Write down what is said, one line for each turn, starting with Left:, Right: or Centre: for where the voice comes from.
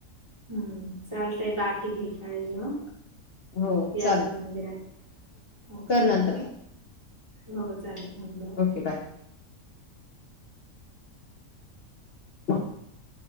Right: हम्म चालतंय बाकी घे, काळजी मग.
Left: हो,
Right: <unintelligible>
Left: चालेल.
Right: मंदिरात ओके
Left: कर नंतर
Right: बाय.
Left: मग.
Right: हो चालेल हं, बाय
Left: ओके,
Right: ठेवते.
Left: बाय. <inaudible>